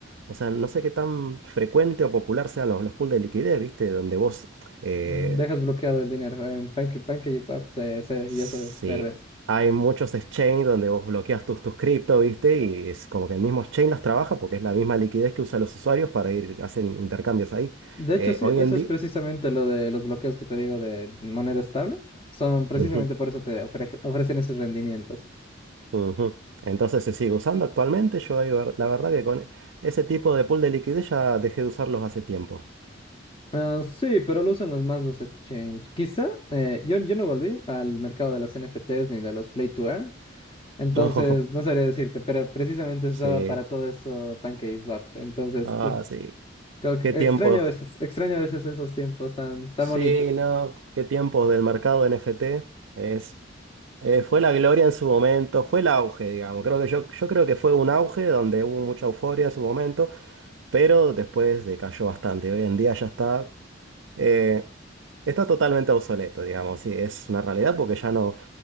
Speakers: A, on the right (about 80°); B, on the left (about 30°).
A: o sea, no sé qué tan frecuente o popular sean los, los pool de liquidez, ¿viste? Donde vos... eh,
B: Mm, Dejas bloqueado el dinero. En Pancake, PancakeSwap se, se,
A: Sí,
B: ya se ver eso.
A: hay muchos exchange donde vos bloqueas tus, tus cripto, ¿viste? Y es como que el mismo exchange las trabaja porque es la misma liquidez que usan los usuarios para ir, hacen intercambios ahí.
B: De
A: Eh,
B: hecho, sí,
A: hoy
B: eso
A: en día...
B: es precisamente lo de los bloqueos que te digo de moneda estable. Son precisamente
A: Ujú,
B: por eso te ofre- ofrecen esos rendimientos.
A: ujú. Entonces se sigue usando actualmente. Yo ahí ver- la verdad que con ese tipo de pool de liquidez ya dejé de usarlos hace tiempo.
B: Ah, sí, pero lo usan los más los exchange. Quizá eh, yo, yo no volví al mercado de las NFTs ni de los Play to Earn. Entonces,
A: <laughs>
B: no sabría decirte, pero precisamente se
A: Sí,
B: usaba para todo eso PancakeSwap. Entonces,
A: ah,
B: uy,
A: sí.
B: co-
A: ¿Qué tiempos?
B: extraño a veces, extraño a veces esos tiempos tan, tan
A: Sí,
B: bonitos.
A: no, qué tiempos del mercado de NFT. Es, eh, fue la gloria en su momento, fue el auge, digamos. Creo que yo, yo creo que fue un auge donde hubo mucha euforia en su momento, pero después decayó bastante. Hoy en día ya está, eh, está totalmente obsoleto, digamos. Sí, es una realidad porque ya no,